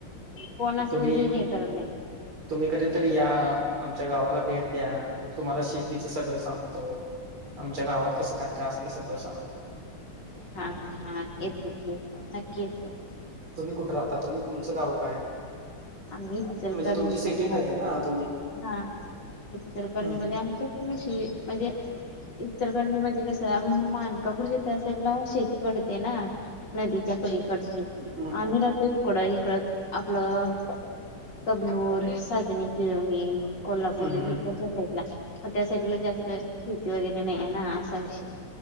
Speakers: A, on the left; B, on the right.
A: कोण असं
B: तुम्ही
A: म्हणजे हे करत नाही.
B: तुम्ही कधीतरी या आमच्या गावाला भेट द्या तुम्हाला शेतीचं सगळं सांगतो. आमच्या गावात कसं काय काय असते सगळं सांगतो.
A: हा हा हा येत कि येतो नक्की येतो.
B: तुम्ही कुठं राहता? तुम्ही तुमचं गाव काय?
A: आम्ही इचलकरंजी
B: म्हणजे तुमची सिटीत
A: मध्ये राहतो
B: आहे ना
A: बघा
B: तुम्ही
A: हा इचचलकरंजी
B: हम्म
A: मध्ये आम् <unintelligible> म्हणजे इचलकरंजी म्हणजे कसं? मानकापूर ज्यात्या साईड ला शेती पडते ना. नदीच्या पलीकडची
B: हम्म हम्म
A: आम्ही राहतो इकडं इकडं आपलं तगलोर, साजणी, पिळवणी, कोल्हापूर
B: हम्म
A: ईकड च्या साईड ला मग त्या साइडला जास्त शेती वगैरे नाहीे ना असा विषयय.